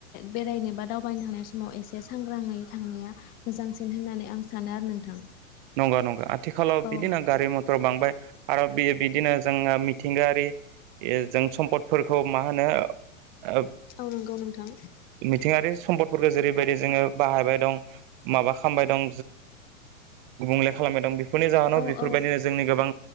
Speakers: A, on the left; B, on the right.
A: बेरायनो बा दावबायनो थांनाय समाव एसे सांग्राङै थांनाया मोजांसिन होननानै आं सानो आरो नोंथां।
B: नंगौ नंगौ आथिखालाव बिदिनो
A: औ
B: गारि मटर बांबाय आरो बेयो बिदिनो जोंङो मिथिंगायारि जों सम्पदफोरखौ मा होनो ओ
A: औ नंगौ नोंथां
B: मिथिंगायारि <unintelligible> सम्पदफोरखौ जेरैबायदि जोंङो बाहायबाय दं माबा खामबाय दं गुबुंले खालामबाय दं बेफोरनि जाहोनाव
A: औ
B: बेफोरबायदिनो
A: औ
B: जोंनि गोबां